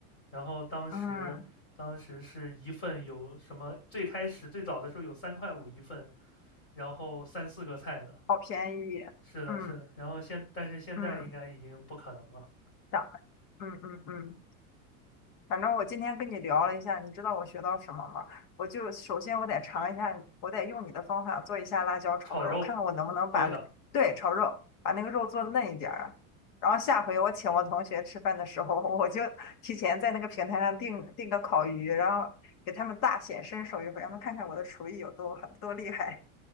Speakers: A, on the left; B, on the left.
A: 然后当时，
B: 嗯，
A: 当时是一份有什么？最开始最早的时候有三块五一份，然后三四个菜的。
B: 好便宜，
A: 是的，
B: 嗯
A: 是的。然后现，但是现在应该已经不可能了。
B: 嗯，涨，嗯嗯嗯。反正我今天跟你聊了一下，你知道我学到什么吗？我就首先我得尝一下，我得用你的方法做一下辣椒炒肉，
A: 炒肉，
B: 看看我能不能把那，
A: 对的，
B: 对，炒肉，把那个肉做嫩一点儿。然后下回我请我同学吃饭的时候，我就提前在那个平台上订订个烤鱼，然后给他们大显身手一回，让他们看看我的厨艺有多狠多厉害。